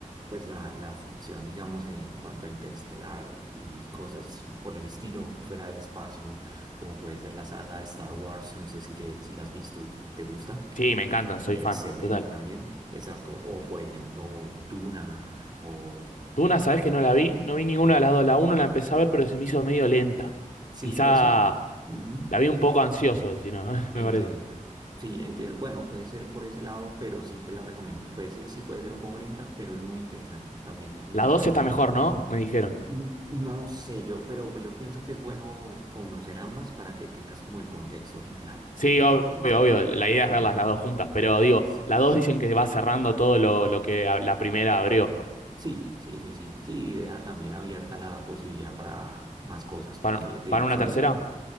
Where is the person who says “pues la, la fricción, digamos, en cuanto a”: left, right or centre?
Right